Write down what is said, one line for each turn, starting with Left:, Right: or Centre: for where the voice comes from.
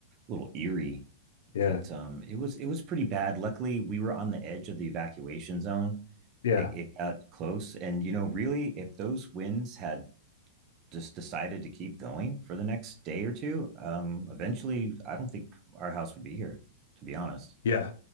Right: little eerie,
Left: Yeah.
Right: but um, it was it was pretty bad. Luckily, we were on the edge of the evacuation zone.
Left: Yeah.
Right: It, it got close, and you know, really, if those winds had just decided to keep going for the next day or two, um, eventually, I don't think our house would be here. To be honest,
Left: Yeah.